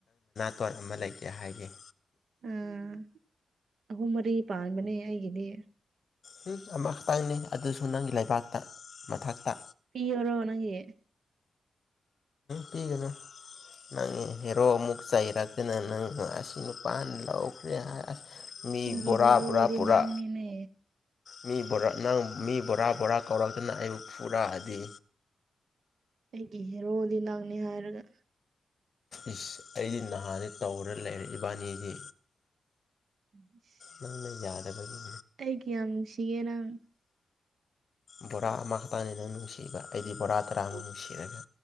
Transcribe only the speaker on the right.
ꯎꯝ ꯑꯍꯨꯝ ꯃꯔꯤ ꯄꯥꯟꯕꯅꯦ ꯑꯩꯒꯤꯗꯤ
ꯄꯤ ꯑꯣꯏꯔꯣ ꯅꯪꯒꯤ
ꯑꯩꯒꯤ
ꯍꯦꯔꯣꯗꯤ
ꯅꯪꯅꯤꯅꯦ
ꯑꯩꯒꯤ ꯍꯦꯔꯣꯗꯤ ꯅꯪꯅꯤ ꯍꯥꯏꯔꯒ
ꯏꯁ
ꯑꯩꯒꯤ ꯀꯌꯥꯝ ꯅꯨꯡꯁꯤꯒꯦ ꯅꯪ
ꯎꯝ